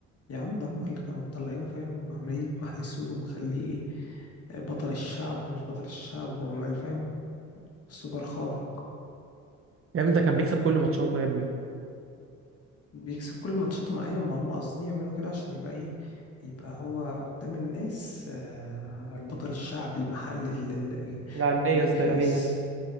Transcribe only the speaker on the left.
يا عم ده هم اللي كانوا مطلعينه فاهم عمالين محل السور ومخليه ايه آه، بطل الشعب ومش بطل الشعب وعمال فاهم سوبر خارق
بيكسب كل ماتشاتهم ايوه ما هم قاصدين يعملوا كده عشان يبقى ايه يبقى هو قدام الناس آه، البطل الشعبي المحلي ال- ال- ال-
البيبي
فيس